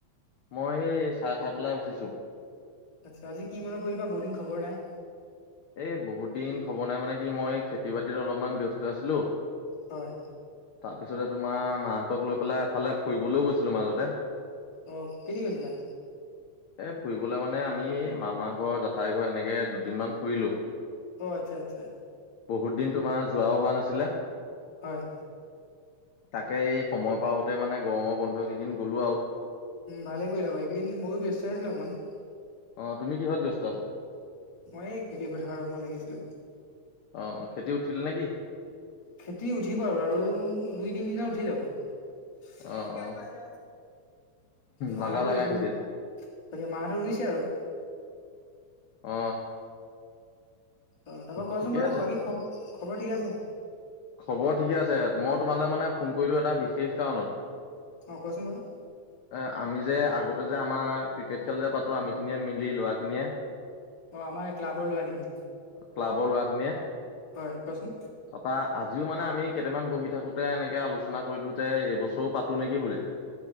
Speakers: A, on the left; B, on the left.
A: মই এ চাহ খাই পেলাই উঠিছো।
B: আত্চ্ছা আজি কি মনত পৰিলে বা বহুত দিন খবৰ নাই।
A: এই বহুত দিন খব নাই মানে কি মই খেতি বাতিত অলপমান ব্যস্ত আছিলো।
B: হয়।
A: তাৰপিছতে তোমাৰ মাহঁতক লৈ পেলাই এফালে ফুৰিবলৈও গৈছিলো মাজতে।
B: অ কেতি গৈছিলা?
A: এ ফুৰিবলে মানে আমি মামা ঘৰ জেঠাই ঘৰ এনেকে দুদিনমান ফুৰিলো।
B: অ আত্চ্ছা আত্চ্ছা।
A: বহুত দিন তোমাৰ যোৱাও হোৱা নাছিলে।
B: হয়।
A: তাকে এই সময় পাওঁতে মানে গৰমৰ বন্ধ কেইদিন গ'লো আও।
B: ভালেই কৰিলা বা এইকেইদিন ময়ো ব্যস্ত আছিলো অকণমান।
A: অ তুমি কিহত ব্যস্ত আছা।
B: মই এই খেতি পথাৰ অকণমান লাগিছিলো
A: অ খেতি উঠিল নে কি
B: খেতি উঠিব আৰু আৰু দুই তিনিদিনত উঠি যাব <unintelligible>
A: অ অ
B: মা
A: লাগা
B: হতে
A: লাগা
B: ৰুই
A: খেতিত
B: গতিকে মাহটো ৰুইছে আৰু
A: অ
B: অ তাৰপৰা কচোন
A: ঠিকে
B: বাৰু
A: আছে।
B: বাকী খব খবৰ ঠিকে আছে
A: খবৰ ঠিকে আছে মই তোমালে মানে ফোন কৰিলো এটা বিশেষ কাৰণত
B: অ কোৱাচোন বাৰু
A: এ আমি যে আগতে যে আমাৰ ক্ৰিকেট খেল যে পাতো আমি খিনিয়ে মিলি ল'ৰাখিনিয়ে
B: অ আমাৰ এই ক্লাবৰ ল'ৰাখিনি
A: ক্লাবৰ লোৱাখিনিয়ে
B: হয় কোৱাচোন
A: তাৰাপৰা আজিও মানে আমি কেইটামান বহি থাকোতে এনেকে আলোচনা কৰিলো যে এইবছৰো পাতো নেকি বুলি